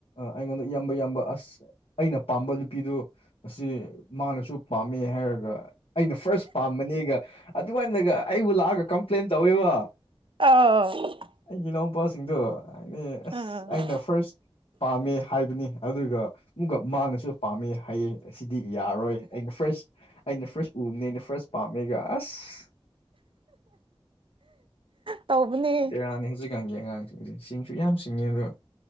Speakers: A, on the left (about 75°); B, on the right (about 60°).
A: ꯑꯩꯉꯣꯟꯗ ꯏꯌꯥꯝꯕ ꯌꯥꯝꯕ ꯑꯁ ꯑꯩꯅ ꯄꯥꯝꯕ ꯅꯨꯄꯤꯗꯨ ꯑꯁꯤ ꯃꯥꯅꯁꯨ ꯄꯥꯝꯃꯦ ꯍꯥꯏꯔꯒ ꯑꯩꯅ ꯐꯥꯔꯁ ꯄꯥꯝꯕꯅꯦꯒ ꯑꯗꯨ ꯃꯥꯏꯅꯒ ꯑꯩꯕꯨ ꯂꯥꯛꯑꯒ ꯀꯝꯄ꯭ꯂꯦꯟ ꯇꯧꯋꯦꯕ
B: ꯑꯥꯎ
A: ꯑꯩꯒꯤ ꯏꯅꯥꯎꯄꯥꯁꯤꯡꯗꯣ ꯍꯥꯏꯗꯤ ꯑꯁ
B: ꯑꯥ
A: ꯑꯩꯅ ꯐꯥꯔꯁ ꯄꯥꯝꯃꯦ ꯍꯥꯏꯕꯅꯤ ꯑꯗꯨꯒ ꯨꯃꯨꯒ ꯃꯥꯅꯁꯨ ꯄꯥꯝꯃꯦ ꯍꯥꯏꯌꯦ ꯑꯁꯤꯗꯤ ꯌꯥꯔꯔꯣꯏ ꯑꯩꯅ ꯐ꯭ꯔꯁ ꯑꯩꯅ ꯐ꯭ꯔꯥꯁ ꯎꯕꯅꯦ ꯑꯩꯅ ꯐ꯭ꯔꯥꯁ ꯄꯥꯝꯃꯦꯒ ꯑꯁ
B: ꯇꯧꯕꯅꯦ
A: ꯕꯦꯔꯥꯅꯤ ꯍꯧꯖꯤꯛꯀꯥꯟꯒꯤ ꯑꯉꯥꯡꯁꯤꯡꯁꯦ ꯁꯤꯡꯁꯨ ꯌꯥꯝ ꯁꯤꯡꯉꯦ ꯑꯗꯣ